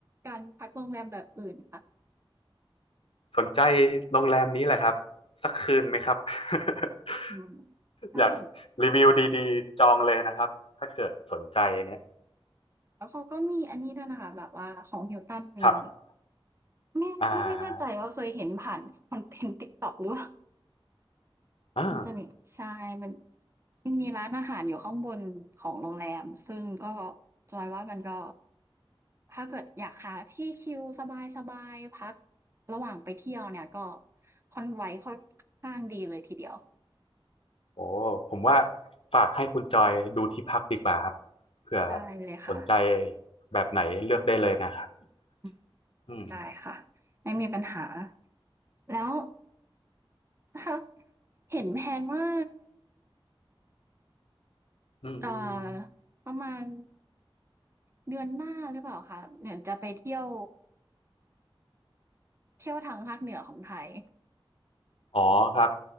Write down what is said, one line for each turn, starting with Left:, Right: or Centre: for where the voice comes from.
Right: การพักโรงแรมแบบอื่นค่ะ
Left: สนใจโรงแรมนี้แหละครับสักคืนไหมครับ <laughs>
Right: อืมน่าสน
Left: อยากรีวิวดีๆจองเลยนะครับถ้าเกิดสนใจเนี่ย
Right: แล้วเขาก็มีอันนี้ด้วยนะคะแบบว่าของ Hilton มี
Left: ครับ
Right: ไม่ไม่ไม่แน่ใจว่าเคยเห็นผ่านคอนเทนต์
Left: อ่า
Right: TikTok หรือเปล่า
Left: อ่า
Right: มันจะมีใช่มันมันมีร้านอาหารอยู่ข้างบนของโรงแรมซึ่งก็จอยว่ามันก็ถ้าเกิดอยากหาที่ชิลสบายๆพักระหว่างไปเที่ยวเนี่ยก็ Convoy ค่อนข้างดีเลยทีเดียว
Left: โอ้ผมว่าฝากให้คุณจอยดูที่พักดีกว่าครับเผื่อ
Right: ได้เลยค่ะ
Left: สนใจแบบไหนเลือกได้เลยนะครับ
Right: อืม
Left: อืม
Right: ได้ค่ะไม่มีปัญหาแล้วถ้าเห็นแพลนว่า
Left: อืม
Right: เอ่อประมาณเดือนหน้าหรือเปล่าคะเหมือนจะไปเที่ยวเที่ยวทางภาคเหนือของไทย
Left: อ๋อครับ